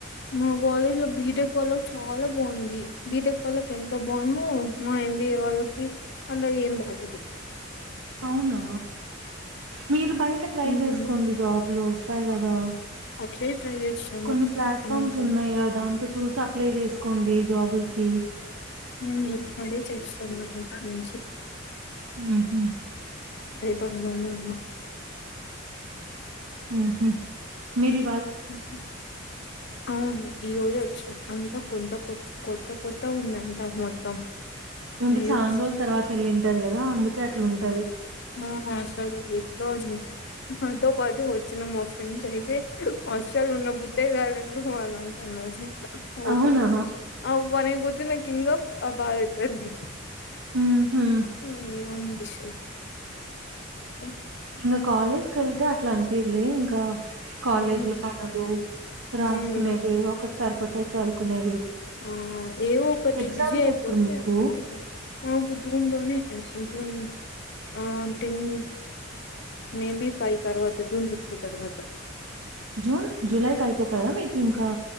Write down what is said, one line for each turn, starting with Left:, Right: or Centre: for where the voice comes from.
Left: మా కాలేజీలో బీటెక్ వాళ్లకి చాల బాగుంది బీటెక్ వాళ్లకి ఎంత బావుందొ మయి ఎంబిఏ వాళ్ళకి అంత ఏం బాలేదు
Right: అవునా మీరు బయట ట్రై
Left: మ్మ్
Right: చేసుకోండి జాబ్లు వస్తాయి కదా
Left: అట్లే ట్రై చేస్తాను
Right: కొన్ని ప్లాట్ఫామ్స్
Left: ఇంకా
Right: ఉన్నాయి గా దాంతో చూసి అప్లై చేసుకోండి జాబుల్ కి
Left: ఉ అదే చేస్తున్న ఇప్పటినుంచి
Right: ఉహు
Left: అదే పనిలోనే ఉన్నం
Right: ఆహా మీది
Left: ఉహు అవును ఈ రోజే వచ్చిన అంతా కోన్ తా కొత్ కొత్త కొత్త గా ఉంది అంత మొత్తం
Right: ఉంటే
Left: అయ్యో
Right: చాన్ రోజుల తర్వాత వెళ్ళింటారు కదా అందుకే అట్లా ఉంటది
Left: ఆ అసలు ఎట్లో ఉంది నాతో పాటు వచ్చిన మా ఫ్రెండ్స్ అయితే అసలు ఉండబుద్దే కాలేదు అని అంటున్నారు ఓబ
Right: అవునా
Left: అవ్వ రేపొద్దున నాకు ఇంకా బాధ అయితాంది
Right: ఉహు
Left: ఉ ఏమనిపిస్తది తో
Right: ఇంక కాలేజ్ కెళ్తే అట్లా అనిపిదులే ఇంకా కాలేజీలో
Left: అవును
Right: పనులు
Left: ఉమ్
Right: రాసుకునేవి ఒకటి సరిపోతాయి చదువుకునేవి
Left: ఆ ఏవో ఒకటి
Right: ఎగ్జామ్స్
Left: బిజీ అయిపోతే
Right: ఎప్పుడు మీకు
Left: అప్పుడు ఉంటాది మాకు జూన్ లోనే ఉ ఆ టిన్ మే బి ఫైవ్ తరువాత జూన్ ఫిఫ్త్ తరువాత
Right: జూన్ జూలైకి అయిపోతదా మీకి ఇంకా